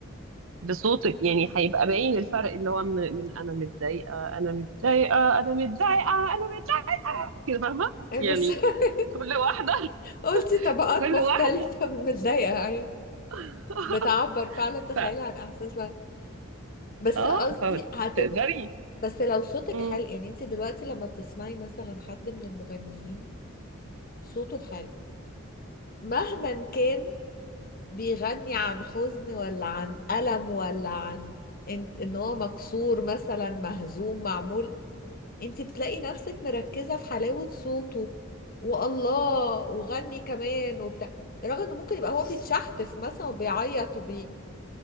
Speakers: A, on the right (about 70°); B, on the left (about 45°).
A: بصوتك يعني هيبقى باين الفرق اللي هو من من انا متضايقه انا متضايقه انا متضايقه انا متضايقه كده فاهمه
B: <laughs>
A: يعني
B: بس <laughs>
A: كل واحده
B: قلتي
A: <laughs>
B: طبقات
A: كل
B: مختلفه
A: واحده
B: من متضايقه أيوة.
A: <laughs>
B: بتعبر فعلا تخيلي
A: ف
B: عن احساس بقى بس
A: اه
B: قصدي
A: فتقدري
B: هتبقى بس لو صوتك
A: مم.
B: حلو يعني انت دلوقتي لما بتسمعي مثلا حد من المغنيين صوته حلو مهما كان بيغني عن حزن ولا عن ألم ولا عن ان, إن هو مكسور مثلا مهزوم معمول انت بتلاقي نفسك مركزة في حلاوة صوته والله وغني كمان وبتاع رغم انه ممكن يبقى هو بيتشحتف مثلا وبيعيط وبي